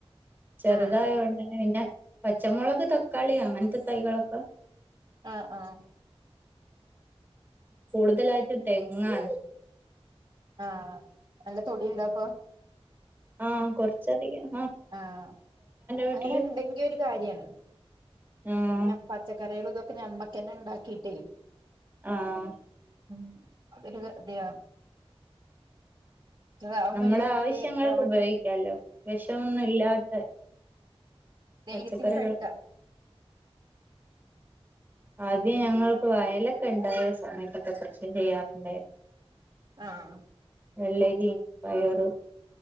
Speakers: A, on the right; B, on the right.
A: ചെറുതായത്
B: ആഹ്
A: കൊണ്ടന്നെ പിന്നെ പച്ചമുളക് തക്കാളി അങ്ങനത്തെ തൈകളൊക്കെ
B: ആഹ ആഹ
A: കൂടുതലായിട്ടും തെങ്ങാണ്
B: ആഹ നല്ല തൊടിയ ഉണ്ടാപ്പൊ
A: ആഹ കൊറച്ചധികം
B: ആഹ്
A: വീട്ടില്
B: അങ്ങനെ ഉണ്ടെങ്കിയ ഒരു കാര്യാണ്.
A: ആഹ്
B: പച്ചക്കറികളൾ ഇതൊക്കെ ഞമ്മക്കന്നെ ഉണ്ടാക്കിട്ടേ
A: ആഹ
B: ഉ അതൊരു അതെയ അതൊന്നും
A: നമ്മുടെ
B: ഇല്ലെങ്കില്
A: ആവശ്യങ്ങൾക്ക്
B: എവിടിം
A: ഉപയോഗിക്കല്ലോ വിഷമൊന്നും ഇല്ലാത്ത
B: ധൈര്യത്തിൽ
A: പച്ചക്കറികൾ
B: കഴിക്ക
A: ആദ്യം ഞങ്ങൾക്ക് വയലൊക്കെ ഉണ്ടായ സമയത്തൊക്കെ കൃഷി ചെയ്യാറുണ്ടായിരുന്നു
B: ആഹ
A: വള്ളേരി പയർ